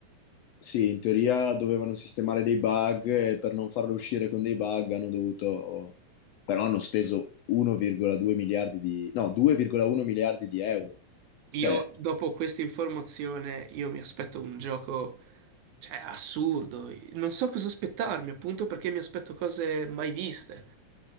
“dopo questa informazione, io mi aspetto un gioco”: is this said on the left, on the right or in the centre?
Right